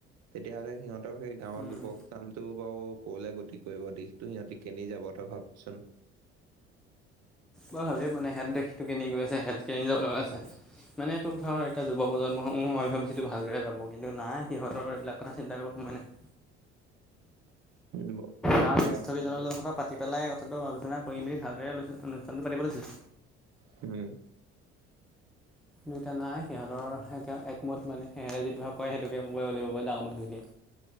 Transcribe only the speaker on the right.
তেতিয়াহ'লে সিহঁতৰ সেই গাঁৱৰ
যুৱক চামটো বাৰু কলে গতি কৰিব দিশ। তু সিহঁতি কেনি যাব তই ভাবচোন।
<unintelligible>
কথা
দেই
হম।